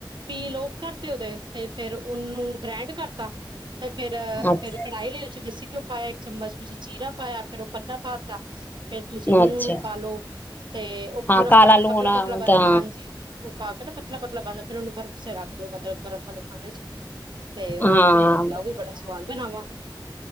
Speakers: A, on the right; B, on the left.
A: ਪੀਲ ਆਫ ਕਰਦੇ ਉਹਦੇ ਤੇ, ਫੇਰ ਉਹਨੂੰ ਗ੍ਰੈਂਡ ਕਰਤਾ ਤੇ ਫੇਰ
B: ਅੱਛਾ
A: ਫੇਰ ਕੜਾਹੀ ਲਈ ਵਿੱਚ ਦੇਸੀ ਘਿਓ ਪਾਇਆ, ਇੱਕ ਚਮਚ ਵਿੱਚ ਜੀਰਾ ਪਾਇਆ ਫਿਰ ਉ ਪੰਦਾ ਪਾ ਫਰ ਤੁਸੀਂ ਨੁਨ
B: ਅੱਛਾ
A: ਪਾਲੋ ਤੇ ਉਹ
B: ਹਾਂ
A: ਪੂਰਾ
B: ਕਾਲਾ
A: ਪਤਲਾ-
B: ਲੂਣ
A: ਪਤਲਾ ਬਣ
B: ਤਾਂ
A: ਹਾਂਜੀ ਉਹ ਪਾ ਕੇ ਨਾ ਪਤਲਾ- ਪਤਲਾ ਬਣ ਫੇਰ ਉਹਨੂੰ ਬਰਫ਼ 'ਚ ਰੱਖ ਦੋ ਮਤਲਬ ਬਰਫ਼ ਵਾਲੇ ਖਾਣੇ 'ਚ ਤੇ ਉਹ,
B: ਹਾਂ
A: ਠੰਡਾ- ਠੰਡਾ ਉਹ ਵੀ ਬੜਾ ਸਵਾਦ ਬਣਾਵਾਂਗੇ।